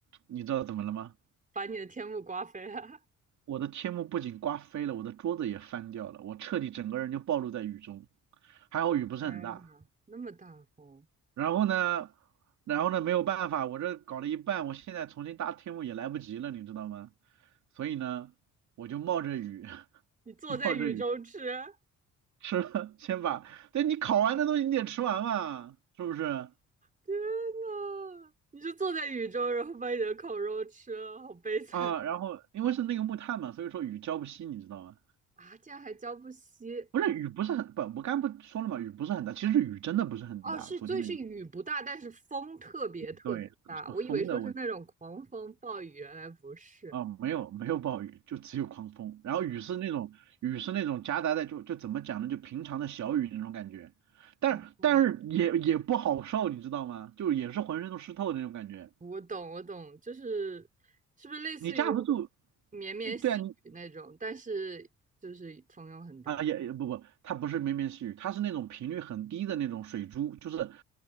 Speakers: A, on the right (about 70°); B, on the right (about 25°).
A: 你知道怎么了吗？
B: 把你的天幕刮飞了。
A: 我的天幕不仅刮飞了，我的桌子也翻掉了，我彻底整个人就暴露在雨中，还好雨不是很大。
B: 天呐，那么大风，
A: 然后呢，然后呢，没有办法，我这搞了一半，我现在重新搭天幕也来不及了，你知道吗？所以呢，我就冒着雨，<laughs>
B: 你坐在雨中吃。
A: 冒着雨吃了，先把，对你烤完的东西你得吃完嘛，是不是？
B: 天呐，你就坐在雨中，然后把你的烤肉吃了，好悲惨
A: 啊，然后因为是那个木炭嘛，所以说雨浇不熄，你知道吗？
B: 啊！竟然还浇不熄。
A: 不是雨不是很不，我刚不说了嘛，雨不是很大，其实雨真的不是很大，
B: 哦，是，
A: 昨天的雨，
B: 所以是雨不大，但是风特别特别大。
A: 对，是风的问题。
B: 我以为说是那种狂风暴雨，原来不是。
A: 啊、没有没有暴雨，就只有狂风，然后雨是那种雨是那种夹杂在就就怎么讲呢，就平常的小雨那种感觉，但但是也也不好受，
B: 哦，哦
A: 你知道吗？就也是浑身都湿透的那种感觉，
B: 我懂，我懂，就是是不是类似于
A: 你架不住，
B: 绵绵细雨那种，
A: 对啊你
B: 但是就是风又很大。
A: 啊也也不不，它不是绵绵细雨，它是那种频率很低的那种水珠，就是